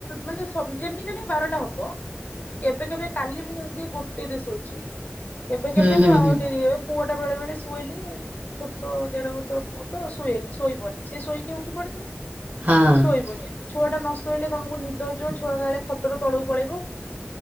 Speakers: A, on the left; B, on the right.
A: ମାନେ ଯେମିତି ହେଲେ ବାରଟା ହବ। କିନ୍ତୁ କେବେ କେବେ କାଲି ମୁଁ ବି ଗୋଟେ ରେ ଶୋଇଚି। ଏବେ
B: ହୁଁ
A: କେବେ
B: ହୁଁ
A: ଆରି
B: ହୁଁ
A: ପୁଅ। ଟା ବେଳେ ବେଳେ ଶୁଏନି ଛୋଟ ଦେଢ ବର୍ଷର ପୁଅ ତ ଶୁଏନି ଶୋଇବନି ସେଏ ଶୋଇକି ଉଠି ପଡିଥିବ।
B: ହଁ।
A: ଶୋଇବନି ଛୁଆଟା ନ ଶୋଇଲେ ତମକୁ ନିଦ ହେଇଯିବ ଛୁଆ କାହଲେ ଖଟର ତଳକୁ ପଳେଇବ।